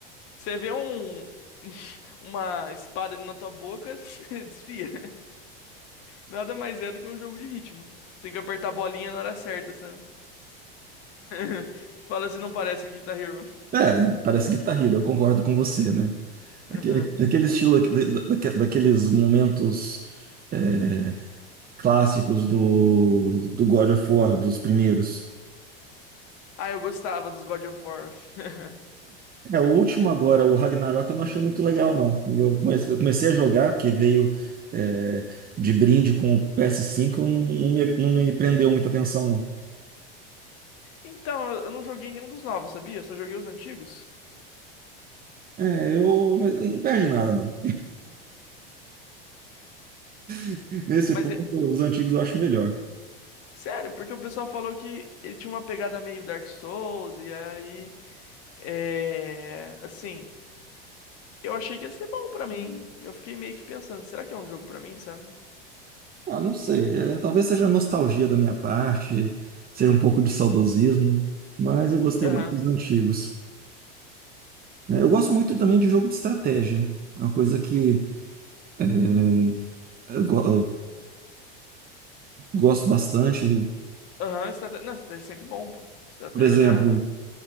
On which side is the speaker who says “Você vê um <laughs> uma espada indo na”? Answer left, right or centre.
Left